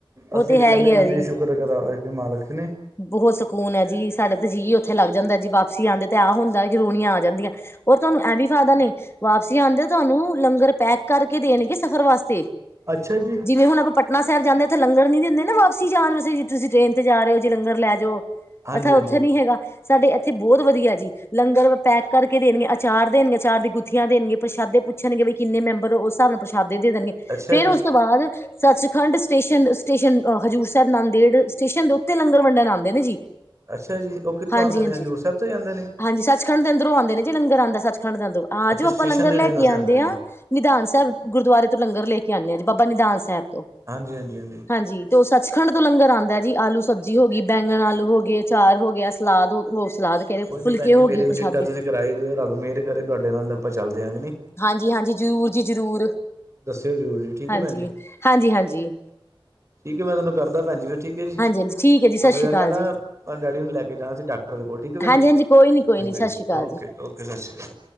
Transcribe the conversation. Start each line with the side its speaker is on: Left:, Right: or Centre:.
Left: ਉਹ
Right: ਅਸੀਂ ਤੇ
Left: ਹੈ
Right: ਕਹਿੰਦੇ
Left: ਹੀ
Right: ਆ
Left: ਹੈ
Right: ਅਸੀਂ
Left: ਜੀ
Right: ਸ਼ੁਕਰ ਕਰਾਵੇਂ ਕਿ ਮਾਲਕ ਨਹੀਂ।
Left: ਬਹੁਤ ਸਕੂਨ ਆ ਜੀ ਸਾਡੇ ਤਾਂ ਜੀਅ ਇੱਕ ਉੱਥੇ ਲੱਗ ਦਾ ਜੀ ਵਾਪਸੀ ਆਉਂਦੇ ਤੇ ਆਹ ਹੁੰਦਾ ਜਨੂਨੀਆਂ ਆ ਜਾਂਦੀਆਂ। ਔਰ ਤੁਹਾਨੂੰ ਐ ਵੀ ਫਾਇਦਾ ਨੇ ਵਾਪਸੀ ਆਉਂਦੇ ਤੁਹਾਨੂੰ ਲੰਗਰ ਪੈਕ ਕਰਕੇ ਦੇਣਗੇ ਸਫ਼ਰ ਵਾਸਤੇ।
Right: ਅੱਛਾ ਜੀ
Left: ਜਿਵੇਂ ਆਪਾਂ ਹੁਣ ਪਟਨਾ ਸਾਹਿਬ ਜਾਨੇ ਉਥੇ ਲੰਗਰ ਨੀ ਦਿੰਦੇ ਨਾ ਵਾਪਸੀ ਜਾਣ ਵਸੇ ਜੇ ਤੁਸੀਂ ਟ੍ਰੇਨ ਤੇ ਜਾ ਰਹੇ ਹੋ? ਜੀ ਲੰਗਰ ਲੈ ਜਾਓ
Right: ਹਾਂਜੀ
Left: ਅੱਛਾ
Right: ਹਾਂਜੀ
Left: ਉੱਥੇ ਨੀ ਹੈਗਾ। ਸਾਡੇ ਇੱਥੇ ਬਹੁਤ ਵਧੀਆ ਜੀ ਲੰਗਰ ਪੈਕ ਕਰਕੇ ਦੇਣਗੇ, ਅਚਾਰ ਦੇਣਗੇ, ਅਚਾਰ ਦੀ ਗੁੱਥੀਆਂ ਦੇਣਗੇ, ਪ੍ਰਸ਼ਾਦੇ ਪੁੱਛਣਗੇ ਵੀ ਕਿੰਨੇ ਮੈਂਬਰ ਹੋ ਉਸ ਹਿਸਾਬ ਨਾਲ ਪ੍ਰਸ਼ਾਦੇ ਦੇਣਗੇ।
Right: ਅੱਛਾ
Left: ਫੇਰ
Right: ਜੀ
Left: ਉਸ ਤੋਂ ਬਾਅਦ ਸੱਚ-ਖੰਡ ਸਟੇਸ਼ਨ-ਸਟੇਸ਼ਨ ਹਜ਼ੂਰ ਸਾਹਿਬ ਨੰਦੇੜ ਸਟੇਸ਼ਨ ਦੇ ਉੱ ਤੇ ਲੰਗਰ ਵੰਡਣ ਆਂਦੇ ਨੇ ਜੀ
Right: ਅੱਛਾ ਜੀ, ਉਹ ਕਿੱਥੋਂ
Left: ਹਾਂਜੀ
Right: ਆਂਦੇ
Left: ਹਾਂਜੀ
Right: ਨੇ ਹਜ਼ੂਰ ਸਾਹਿਬ ਤੋਂ ਹੀ ਆਦੇ ਨੇ।
Left: ਹਾਂਜੀ ਸੱਚ-ਖੰਡ ਦੇ ਅਦਰੋਂ ਆਉਦੇ ਨੇ ਜੇ ਲੰਗਰ ਆਉਂਦਾ ਸੱਚ-ਖੰਡ ਦੇ ਅੰਦਰੋਂ ਆ
Right: ਅੱਛਾ
Left: ਜੋ
Right: ਸਟੇਸ਼ਨ
Left: ਆਪਾਂ ਲੰਗਰ
Right: ਦੇ
Left: ਲੈ
Right: ਦਿਨ
Left: ਕੇ
Right: ਅਸੀਂ
Left: ਆਂਦੇ
Right: ਆਉਂਦੇ ਨੇ
Left: ਆ। ਨਿਧਾਨ ਸਾਹਿਬ ਗੁਰਦੁਆਰੇ ਤੋਂ ਲੰਗਰ ਲੈ ਕੇ ਆਨੇ ਜੀ ਬਾਬਾ ਨਿਧਾਨ ਸਾਹਿਬ ਤੋਂ
Right: ਹਾਂਜੀ -ਹਾਂਜੀ- ਹਾਂਜੀ।
Left: ਹਾਂਜੀ, ਤੇ ਉਹ ਸੱਚਖੰਡ ਤੋਂ ਲੰਗਰ ਆਂਦਾ ਜੀ ਆਲੂ ਸਬਜ਼ੀ ਹੋ ਗਈ ਬੈਂਗਣ ਆਲੂ ਹੋ ਗਏ, ਆਚਾਰ ਹੋ ਗਿਆ, ਸਲਾਦ ਹੋ ਓਹ ਸਲਾਦ ਕਹਿ ਰਹੇ
Right: ਕੋਈ ਨੀ
Left: ਫੁਲਕੇ
Right: ਭੈਣਜੀ
Left: ਹੋ
Right: ਮੇਰੀ
Left: ਗਏ
Right: ਵੀ
Left: ਪ੍ਰਸ਼ਾਦੇ
Right: ਟਿਕਟਾਂ ਤੁਸੀਂ ਕਰਾਈ ਦਿਓ। ਰੱਬ ਮਿਹਰ ਕਰੇ ਤਾਂ ਤੁਹਾਡੇ ਨਾਲ ਆਪਾਂ ਚੱਲਦੇ ਆ ਕੁ ਨਹੀਂ।
Left: ਹਾਂਜੀ- ਹਾਂਜੀ ਜ਼ਰੂਰ ਜੀ ਜ਼ਰੂਰ
Right: ਦੱਸਿਓ ਜ਼ਰੂਰ ਜੀ ਠੀਕ
Left: ਹਾਂਜੀ,
Right: ਹੈ ਭੈਣ ਜੀ
Left: ਹਾਂਜੀ- ਹਾਂਜੀ।
Right: ਠੀਕ ਏ, ਮੈਂ ਤੁਹਾਨੂੰ ਕਰਦਾ ਭੈਣ ਜੀ ਫਿਰ ਠੀਕ ਏ ਜੀ
Left: ਹਾਂਜੀ ਠੀਕ ਹੈ ਜੀ ਸਤਿ
Right: ਥੋੜ੍ਹਾ
Left: ਸ਼੍ਰੀ
Right: ਜਿਹਾ
Left: ਅਕਾਲ
Right: ਮੈਂ ਨਾ
Left: ਜੀ
Right: ਡੈਡੀ ਨੂੰ ਲੈ ਕੇ ਜਾਣਾ ਸੀ। ਡਾਕਟਰ ਦੇ ਕੋਲ ਠੀਕ ਏ ਭੈਣ
Left: ਹਾਂਜੀ
Right: ਜੀ,
Left: ਹਾਂਜੀ ਕੋਈ ਨੀ ਕੋਈ
Right: ਚੰਗਾ
Left: ਨੀ ਸਤਿ
Right: ਜੀ
Left: ਸ਼੍ਰੀ ਅਕਾਲ
Right: ਓਕੇ ਓਕੇ ਸਤਿ ਸ਼੍ਰੀ ਅਕਾਲ।